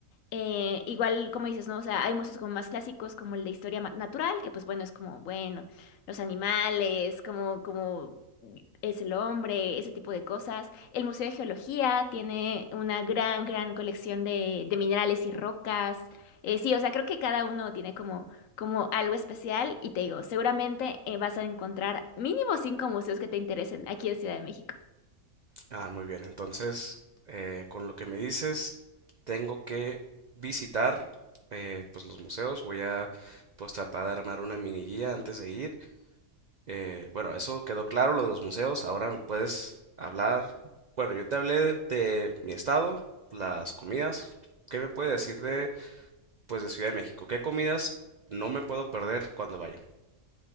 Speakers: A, on the left (about 70°); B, on the right (about 60°).
A: Eh, igual, como dices, ¿no? O sea, hay museos como más clásicos, como el de historia ma- natural, que pues bueno, es como, bueno, los animales, como, como es el hombre, ese tipo de cosas. El Museo de Geología tiene una gran, gran colección de, de minerales y rocas. Eh, sí, o sea, creo que cada uno tiene como, como algo especial y te digo, seguramente eh, vas a encontrar mínimo cinco museos que te interesen aquí en Ciudad de México.
B: Ah, muy bien. Entonces, eh, con lo que me dices, tengo que visitar, eh, pues, los museos. Voy a, pues, tratar de armar una mini guía antes de ir. Eh, bueno, eso quedó claro, lo de los museos. Ahora me puedes hablar. Bueno, yo te hablé de, de mi estado, las comidas. ¿Qué me puedes decir pues de Ciudad de México. ¿Qué comidas no me puedo perder cuando vaya?